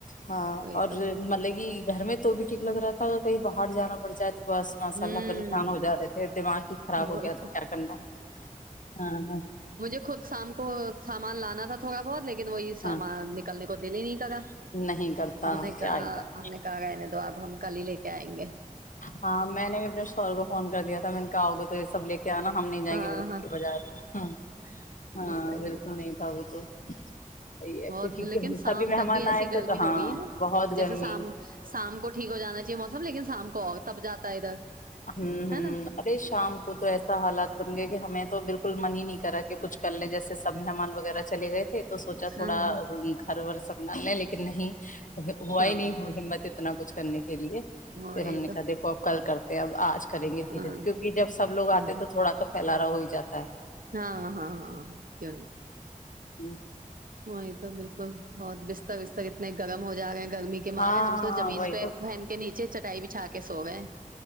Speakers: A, on the left (about 65°); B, on the right (about 85°).
A: ہاں
B: وہی
A: اور
B: تو
A: مطلب کہ گھر میں تو بھی ٹھیک لگ رہا تھا اگر کہیں باہر جانا پڑ جائے تو بس ماشاءاللہ
B: ہوں
A: پریشان ہو جا تی تھے دماغ ہی خراب ہو
B: وہی
A: گیا تھا
B: تو
A: کیا کرنا ہے ہاں ہاں
B: مجھے خود شام کو سامان لانا تھا تھوڑا بہت لی لیکن وہی سامان
A: ہاں
B: نکلنے کو دےلے نہیں
A: نہیں کرتا
B: ہم نے
A: کیا
B: کہا
A: ہی کر
B: ہم نے کہا انہیں تو اب ہم کال ہی لے کے آئیں گے
A: ہاں میں نے اپنے شوہر کو فون کر دیا تھا میں نے کہا اؤ گے تو سب لے کے آنا جائیں
B: ہاں
A: گے بالکل
B: ہاں
A: بازار ہاں
B: صحیح
A: بالکل
B: ہے
A: نہیں تھا بالکل <unintelligible> <unintelligible>
B: بہت
A: کیونکہ
B: لیکن شام
A: سبھی مہمان
B: تک بھی ایسی
A: آئے
B: گرمی
A: تھے تو ہاں
B: ہو گئی ہے
A: بہت گرمی
B: جیسے شام شام کو ٹھیک ہو جانا چاہیے موسم لیکن شام کو کو تب جاتا ہے ادھر
A: ہمم ہمم
B: ہے نا
A: ارے شام کو تو ایسا حالات بن گئے کہ ہمیں تو بالکل من ہی نہیں کرا کہ کچھ کر لے جیسے سب مہمان وغیرہ چلے گئے تھے تو سوچا تھوڑا
B: ہاں ہاں
A: گھرور ور سب ن لکھ نہیں ہوا
B: ہاں
A: ہی نہیں ہمت ا اتنا کچھ کرنے کے لیے
B: وہی
A: پھر ہم نے
B: تو
A: کہا دیک پو آپ کل کرتے آج کریں گے
B: ہاں
A: دھیرے دھیرے کیکہ جب سب لوگ آتے
B: ہوں،
A: تو تھوڑا تو پھیلارا ہو ہی جاتا ہے
B: ہاں ہاں ہاں کیوں نہیں
A: ہی
B: وہی تو بالکل بہت بستتا بستتا نہیں گرم ہو جائے گا گرمی کے ماگے
A: ہاں
B: ہم تو زمین
A: وہی
B: پہ
A: تو
B: پہن کے نیچے چٹائی بچھا کے سووئے